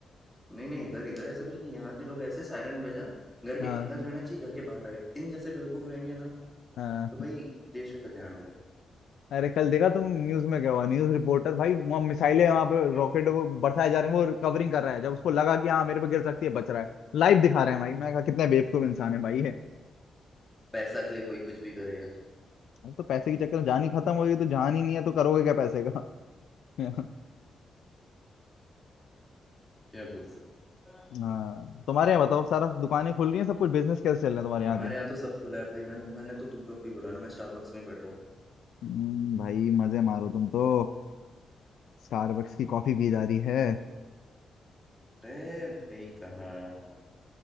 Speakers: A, in the centre; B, on the left.
A: नहीं नहीं इधर इधर ऐसा कुछ नहीं यहाँ के लोग ऐसे सायरन बजा घर
B: हाँ
A: के अंदर रहना चाहिए घर के बाहर आ गए इन जैसे बेवकूफ रहेंगे ना
B: हाँ
A: तो भाई देश का कल्याण हो
B: अरे कल देखा तुम न्यूज में क्या हुआ न्यूज रिपोर्टर भाई वहाँ मिसाइलें वहां पे
A: गया
B: रॉकेट वो बरसाए जा रहे हैं वो कवरिंग कर रहा है जब उसको लगा कि हाँ मेरे पे गिर सकती है बच रहा है लाइव दिखा रहे हैं भाई मैं कहा कितने बेवकूफ इंसान है भाई ये
A: पैसा के लिए कोई कुछ भी करेगा
B: अब तो पैसे के चक्कर में जान ही खत्म हो गई तो जान ही नहीं है तो करोगे क्या पैसे का <laughs>
A: क्या बोल सकते
B: हाँ तुम्हारे यहाँ बताओ सारा दुकानें खुल रही हैं सब कुछ बिजनेस कैसे चल रहे हैं तुम्हारे यहाँ
A: हमारे
B: के
A: यहाँ तो सब खुला है भाई मैंने मैंने तो तुमको अब भी बोला ना मैं स्टारबक्स में ही बैठा हूँ
B: हम्म, भाई मजे मारो तुम तो स्टारबक्स की कॉफी पी जा रही है
A: अरे भाई कहाँ